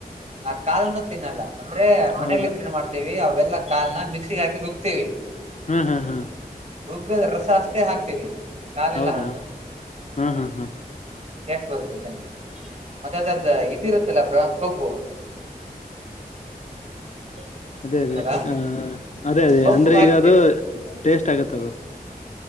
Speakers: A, on the right; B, on the left.
A: ಆ ಕಾಲನು ತಿನ್ನಲ್ಲ ಅಂದ್ರೆ ಮನೇಲಿ
B: ಹೌದಾ
A: ಇದ್ರೇನ್ ಮಾಡ್ತೇವಿ ಅವೆಲ್ಲ ಎಲ್ಲ ಕಾಲ್ನ ಮಿಕ್ಸಿ ಹಾಕಿ ರುಬ್ಕ್ತೀವಿ
B: ಹ್ಮ್ ಹ್ಮ್ ಹ್ಮ್
A: ರುಬ್ಬದ ರಸ ಅಷ್ಟೇ ಹಾಕ್ತಿೀವಿ ಕಾಲೆಲ್ಲ
B: ಹೌದಾ
A: ಹಾಕಲ್ಲ
B: ಹ್ಮ್
A: ಹಾ
B: ಹ್ಮ್ ಹ್ಮ್
A: ಸ್ಟ್ ಬರುತ್ತೆ ಚೆನ್ನಗಿ ಮತ್ತ ಅದರ್್ದ ಇದಿರುತ್ತಲ್ಲ ಬ್ರೋ ಕೊಬ್ಬು <unintelligible>
B: ಅದೇ ಅದೇ
A: ಅಲ್ಲಾ
B: ಅದೇ ಅದೇ
A: ಕೊಬ್ಬು
B: ಅಂದ್ರೆ
A: ಭಾರಿ
B: ಈಗ ಅದು
A: ಟೇಸ್ಟ್
B: ಟೇಸ್ಟ್ ಆಗತ್ತ ಅದು